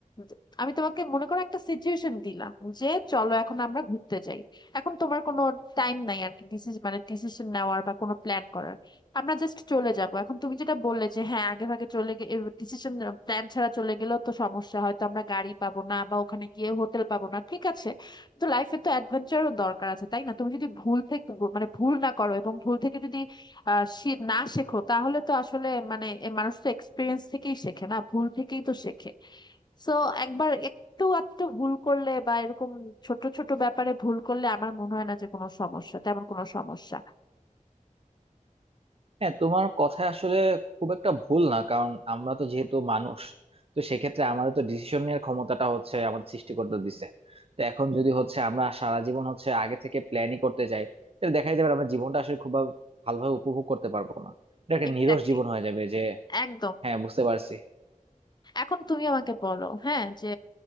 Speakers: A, on the left; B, on the right.
A: যে- আমি তোমাকে মনে করো একটা সিচুয়েশন দিলাম যে চলো এখন আমরা ঘুরতে যাই এখন তোমার কোনো টাইম নাই আর কি ডিসিশন মানে ডিসিশন নেওয়ার বা কোনো প্ল্যান করার আমরা জাস্ট চলে যাব এখন তুমি যেটা বললে যে হ্যাঁ আগে ভাগে চলে গেলে ডিসিশন প্ল্যান ছাড়া চলে গেলেও তো সমস্যা হয়তো আমরা গাড়ি পাবো না বা ওখানে গিয়ে হোটেল পাবো না ঠিক আছে তো লাইফে তো অ্যাডভেঞ্চারও দরকার আছে তাই না তুমি যদি ভুল থেকে মানে ভুল না করো এবং ভুল থেকে যদি আহ, শি- না শেখো তাহলে তো আসলে মানে এ মানুষ তো এক্সপিরিয়েন্স থেকেই শেখে না ভুল থেকেই তো শেখে সো একবার একটু আধটু ভুল করলে বা এরকম ছোট ছোট ব্যাপারে ভুল করলে আমার মনে হয় না যে কোনো সমস্যা তেমন কোনো সমস্যা
B: হ্যাঁ তোমার কথা আসলে খুব একটা ভুল না কারণ আমরা তো যেহেতু মানুষ তো সেক্ষেত্রে আমাদের তো ডিসিশন নেওয়ার ক্ষমতাটা হচ্ছে আমাদের সৃষ্টিকর্তা দিছে তো এখন যদি হচ্ছে আমরা সারা জীবন হচ্ছে আগে থেকে প্ল্যানই করতে যাই তাহলে দেখা যাবে আমরা জীবনটা আসলে খুব ভাব- ভালোভাবে উপভোগ করতে পারবো না এটা একটা
A: এক্স্যাক্টলি
B: নিরস জীবন হয়ে যাবে যে
A: একদম
B: হ্যাঁ বুঝতে পারছি
A: এখন তুমি আমাকে বলো হ্যাঁ যে